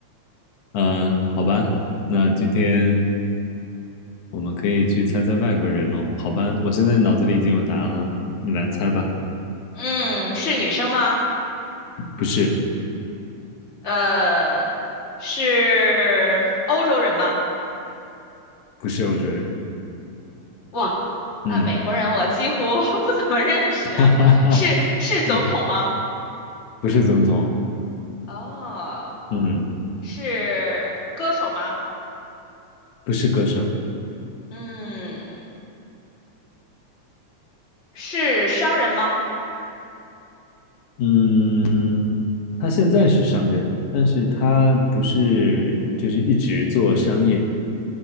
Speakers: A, on the left (about 85°); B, on the left (about 25°).
A: 嗯、好吧，那今天我们可以去猜猜外国人喽，好吧，我现在脑子里已经有答案了，你来猜吧。
B: 嗯，是女生吗？
A: 不是，
B: 呃，是欧洲人吗？
A: 不是欧洲人，
B: 哇，
A: 嗯，
B: 那美国人我几乎 <laughs> 不怎么认识啊。
A: <laughs> 哈哈哈，
B: 是是总统吗？
A: 嗯，不是总统，
B: 哦，
A: 嗯，
B: 是歌手吗？
A: 不是歌手，
B: 嗯，是商人吗？
A: 嗯，他现在是商人，但是他不是就是一直做商业，